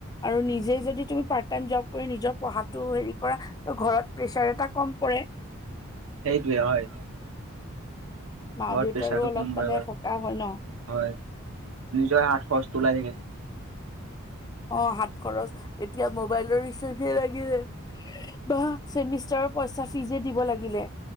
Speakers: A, on the left; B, on the right.
A: আৰু নিজেই যদি তুমি পাৰ্ট টাইম জব কৰি নিজৰ পঢ়াটো হেৰি আহ্ কৰা ঘৰত প্ৰেচাৰ এটা কম পৰে। <inaudible>
B: সেইটোৱে হয়।
A: মা
B: ঘৰত
A: দেউতাৰো
B: প্ৰেচাৰটো
A: অলপ
B: কম
A: মানে
B: পৰে বাৰু,
A: সকাহ হয় ন
B: হয় নিজৰ হাত খৰচটো ওলাই থাকে।
A: <inaudible> অ, হাত খৰচ এতিয়া মোবাইলৰ ৰিচাৰ্জে লাগি যায়, আহ বা ছেমিষ্টাৰৰ পঢ়া এক্সট্ৰা ফিজে দিব লাগিলে